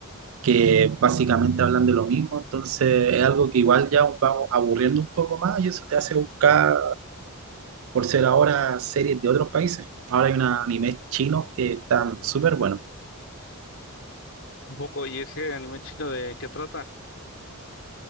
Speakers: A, on the right; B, on the left.
A: que básicamente hablan de lo mismo, entonces es algo que igual ya vamos aburriendo un poco más y eso te hace buscar, por ser ahora, series de otros países. Ahora hay un anime chino que están súper buenos.
B: Un poco, ¿y ese anime chino de qué trata?